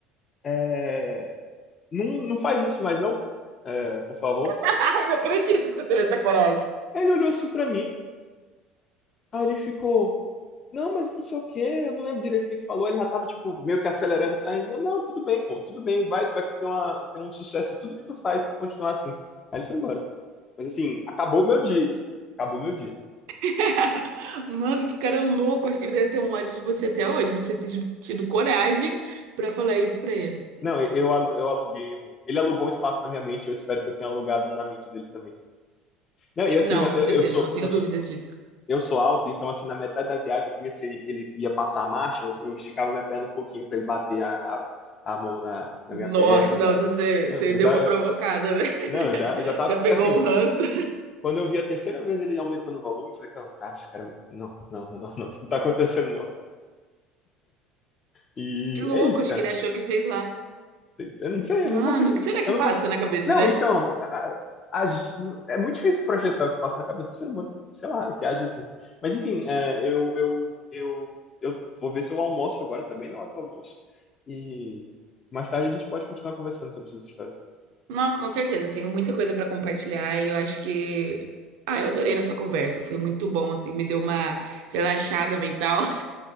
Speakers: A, on the left; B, on the right.
A: é, não, não faz isso mais não, é, por favor.
B: <laughs> Ai, não acredito que você teve essa coragem.
A: Aí ele olhou assim pra mim, aí ele ficou... Não, mas não sei o quê, eu não lembro direito o que ele falou, ele já tava, tipo, meio que acelerando e saindo. Eu, não, tudo bem, pô, tudo bem, vai, tu vai ter, uma, ter um sucesso em tudo que tu faz, se tu continuar assim. Aí ele foi embora. Mas assim, acabou meu dia isso, cara. Acabou meu dia.
B: <laughs> Mano, que cara louco. Acho que ele deve ter um ódio de você até hoje, de você ter tido, tido coragem pra falar isso pra ele.
A: Não, eu, eu al- eu aluguei um. Ele alugou um espaço na minha mente, eu espero que eu tenha alugado um na mente dele também. Não, e assim,
B: Não,
A: na-
B: com
A: eu,
B: certeza,
A: eu sou,
B: não tenho
A: eu sou,
B: dúvidas disso.
A: eu sou alto, então assim, na metade da viagem eu comecei, ele ia passar a marcha, eu, eu esticava minha perna um pouquinho pra ele bater a, a, a mão na, na
B: Nossa,
A: minha perna e tal.
B: não, então você,
A: Eu,
B: você
A: eu
B: deu
A: já.
B: uma provocada, né?
A: Não, eu
B: <laughs>
A: já, eu já tava.
B: Já
A: Porque
B: pegou
A: assim,
B: um ranço.
A: Quando eu vi a terceira vez ele aumentando o volume, eu falei, cara, esse cara. Não, não, não, não, não, isso não tá acontecendo, não. E
B: Que louco,
A: é isso,
B: acho
A: cara.
B: que ele achou que vocês lá.
A: Eu não sei,
B: Mano,
A: eu não consigo.
B: o que será que
A: Eu não
B: passa
A: consigo.
B: na cabeça,
A: Não,
B: né?
A: então. a- a- é muito difícil projetar o que passa na cabeça do ser humano que, sei lá, que age assim. Mas enfim, é, eu, eu, eu, eu vou ver se eu almoço agora, tá bem na hora do almoço. E mais tarde a gente pode continuar conversando sobre suas histórias.
B: Nossa, com certeza, eu tenho muita coisa pra compartilhar e eu acho que. Ah, eu adorei nossa conversa, foi muito bom, assim, me deu uma relaxada mental